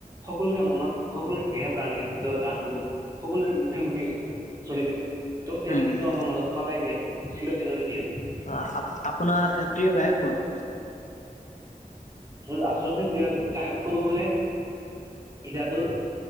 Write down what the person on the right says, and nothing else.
সকলোৰে মনত সকলোৰে দেহে প্ৰাণে আছে তেওঁৰ গানবোৰ সকলোৰে মুখে মুখে চলি থাকে ত' তেনে
কিন্তু আমাৰ মানুহ সদায় জীয়াই থাকিব চিৰদিনলৈ জীয়াই থাকিব
মোৰ আচলতে প্ৰিয় গায়ক কব গ'লে এতিয়াটো